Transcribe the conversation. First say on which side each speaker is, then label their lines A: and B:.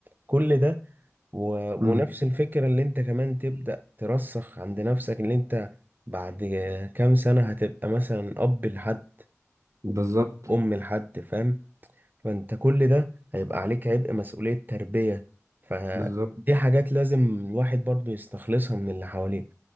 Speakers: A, on the right (about 40°); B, on the right (about 75°).
A: كل ده و...
B: مم.
A: ونفس الفكرة اللي انت كمان تبدأ ترسخ عند نفسك اللي انت بعد كام سنة هتبقى مثلا أب لحد
B: بالظبط
A: ام لحد فاهم فانت كل ده هيبقى عليك عبء مسؤولية تربية فدي
B: بالظبط
A: حاجات لازم الواحد برضو يستخلصها من اللي حواليه